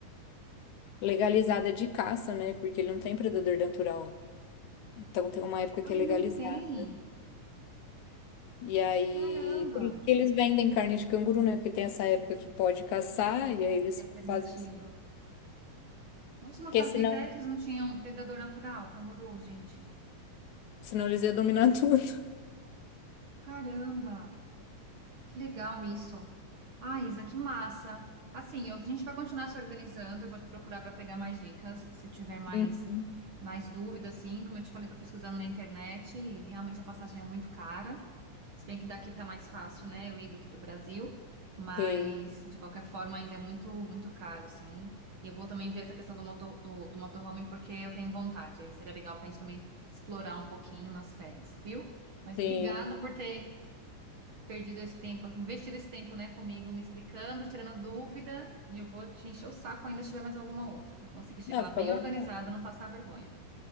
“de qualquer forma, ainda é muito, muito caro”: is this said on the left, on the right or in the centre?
Right